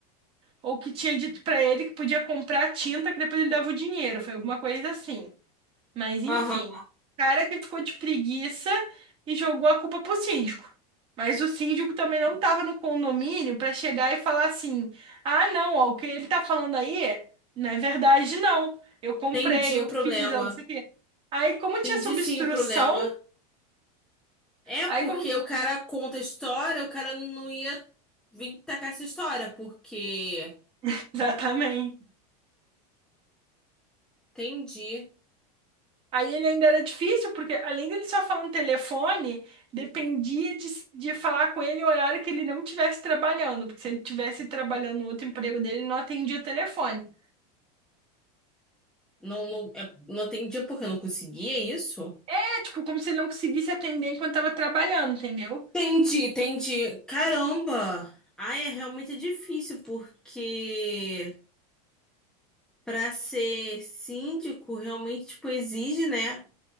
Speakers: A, on the right; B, in the centre.
A: ou que tinha dito pra ele que podia comprar a tinta, que depois ele dava o dinheiro. Foi alguma coisa assim. Mas enfim,
B: Aham,
A: o cara que ficou de preguiça e jogou a culpa pro síndico. Mas o síndico também não estava no condomínio para chegar e falar assim: "Ah, não, ó, o que ele tá falando aí não é verdade não. Eu comprei,
B: entendi o
A: eu
B: problema.
A: fiz, eu não sei o quê". Aí como
B: Entendi
A: tinha essa obstrução,
B: sim o problema. É
A: aí
B: porque
A: como
B: o cara conta a história, o cara não ia vir tacar essa história, porque
A: <laughs> exatamente
B: entendi.
A: Aí ele ainda era difícil, porque além dele só falar no telefone, dependia de, de falar com ele no horário que ele não estivesse trabalhando, porque se ele estivesse trabalhando no outro emprego dele, ele não atendia o telefone.
B: Não, não, é, não entendi porque eu não conseguia isso.
A: É, tipo, como se ele não conseguisse atender enquanto estava trabalhando, entendeu?
B: Entendi, entendi. Caramba! Ai, é realmente difícil, porque para ser síndico, realmente, tipo, exige, né,